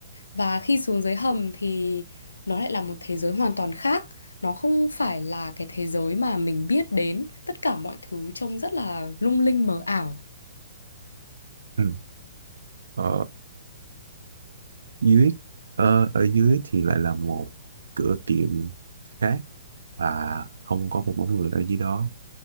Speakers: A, on the left; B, on the right.
A: Và khi xuống dưới hầm thì nó lại là một thế giới hoàn toàn khác. Nó không phải là cái thế giới mà mình biết đến. Tất cả mọi thứ trông rất là lung linh mờ ảo.
B: ừ. ờ, dưới ờ, ở dưới thì lại là một cửa tiệm khác và không có một bóng người ở dưới đó